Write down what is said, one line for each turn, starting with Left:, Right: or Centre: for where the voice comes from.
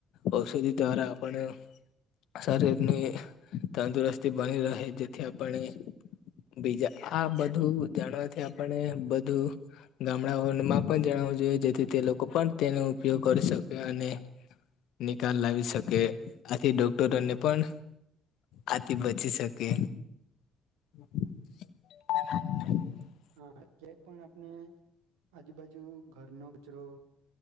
Left: ઔષધિ દ્વારા આપણે શરીરની તંદુરસ્તી બની રહે, જેથી આપણે બીજા, આ બધું જાણવાથી આપને બધું ગામડાઓ માં પણ જણાવવું જોઈએ, જેથી તે લોકો પણ તેનો ઉપયોગ કરી શકે, અને નિકાલ લાવી શકે, આથી ડોક્ટરોને પણ આથી બચી શકે. <inaudible>
Right: હા! ક્યા પણ આપણે આજુબાજુ ઘરનો કચરો